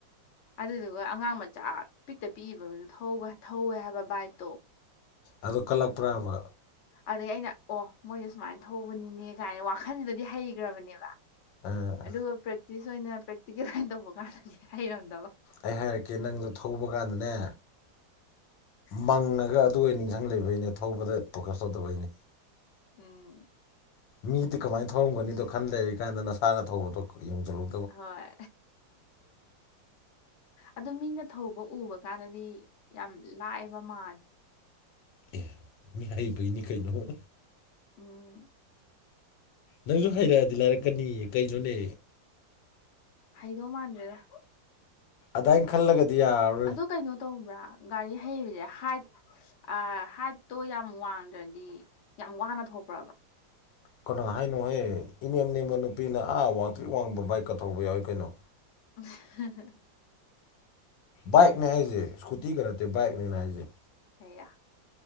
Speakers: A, on the left; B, on the left.
A: ꯑꯗꯨꯗꯨꯒ ꯑꯉꯥꯡ ꯃꯆꯥ ꯄꯤꯛꯇ ꯄꯤꯛꯏꯕꯒꯁꯨ ꯊꯧꯕ ꯊꯧꯋꯦ ꯍꯥꯏꯕ ꯕꯥꯏꯛꯇꯣ
B: ꯑꯗꯨ ꯀꯜꯂꯛꯄ꯭ꯔꯕ
A: ꯑꯗꯒꯤ ꯑꯩꯅ ꯑꯣ ꯃꯣꯏꯁꯦ ꯁꯨꯃꯥꯏꯅ ꯊꯧꯕꯅꯤꯅꯦ ꯀꯥꯏꯅ ꯋꯥꯈꯜꯁꯤꯗꯗꯤ ꯍꯩꯈ꯭ꯔꯕꯅꯦꯕ
B: ꯑꯥ
A: ꯑꯗꯨꯒ ꯄ꯭ꯔꯦꯛꯇꯤꯁ ꯑꯣꯏꯅ ꯄ꯭ꯔꯦꯛꯇꯤꯀꯦꯜ ꯑꯣꯏꯅ ꯇꯧꯕ ꯀꯥꯟꯗꯗꯤ ꯍꯩꯔꯝꯗꯕ
B: ꯑꯩ ꯍꯥꯏꯔꯛꯀꯦ ꯅꯪꯗꯣ ꯊꯧꯕ ꯀꯥꯟꯗꯅꯦ, ꯃꯪꯉꯒ ꯑꯗꯨ ꯑꯣꯏ ꯅꯤꯡꯁꯤꯡ ꯂꯩꯕꯒꯤꯅꯦ ꯊꯧꯕꯗ ꯐꯣꯀꯁ ꯇꯧꯗꯕꯩꯅꯦ
A: ꯎꯝ <inaudible>
B: ꯃꯤꯗꯤ ꯀꯃꯥꯏ ꯊꯧꯔꯝꯒꯅꯤꯗꯣ ꯈꯟ ꯂꯩꯔꯤ ꯀꯥꯟꯗ ꯅꯁꯥꯅ ꯊꯧꯕꯗꯣ ꯌꯦꯡꯁꯤꯜꯂꯧ
A: ꯍꯣꯏ ꯑꯗꯨ ꯃꯤꯅ ꯊꯧꯕ ꯎꯕ ꯀꯥꯟꯗꯗꯤ ꯌꯥꯝ ꯂꯥꯏꯕ ꯃꯥꯜꯂꯦ
B: ꯑꯦ ꯃꯤ ꯍꯩꯕꯩꯅꯤ ꯀꯩꯅꯣ
A: ꯎꯝ
B: ꯅꯪꯁꯨ ꯍꯩꯔꯛꯑꯗꯤ ꯂꯥꯏꯔꯛꯀꯅꯤꯌꯦ ꯀꯩꯅꯣꯅꯦ
A: ꯍꯩꯗꯧ ꯃꯥꯟꯗ꯭ꯔꯦꯗ
B: ꯑꯗꯥꯏꯅ ꯈꯜꯂꯒꯗꯤ ꯌꯥꯔꯔꯣꯏ
A: ꯑꯗꯨ ꯀꯩꯅꯣ ꯇꯧꯕ꯭ꯔꯥ ꯒꯥꯔꯤ ꯍꯩꯕꯁꯦ ꯍꯥꯏꯠ ꯑ ꯍꯥꯏꯠꯇꯣ ꯌꯥꯝ ꯋꯥꯡꯗ꯭ꯔꯗꯤ ꯌꯥꯝ ꯋꯥꯅ ꯊꯣꯛꯄ꯭ꯔꯕ
B: ꯀꯅꯥ ꯍꯥꯏꯅꯣꯍꯦ ꯏꯅꯦꯝ ꯅꯦꯝꯕ ꯅꯨꯄꯤꯅ ꯑꯥ ꯋꯥꯡꯇ꯭ꯔꯤꯛ ꯋꯥꯡꯕ ꯕꯥꯏꯛꯀ ꯊꯧꯕ ꯌꯥꯎꯏ ꯀꯩꯅꯣ
A: <inaudible>
B: ꯕꯥꯏꯛꯅꯦ ꯍꯥꯏꯁꯦ ꯁ꯭ꯀꯨꯇꯤꯒ ꯅꯠꯇꯦ ꯕꯥꯏꯛꯅꯦ ꯑꯩꯅꯥ ꯍꯥꯏꯁꯦ
A: ꯑꯌꯥ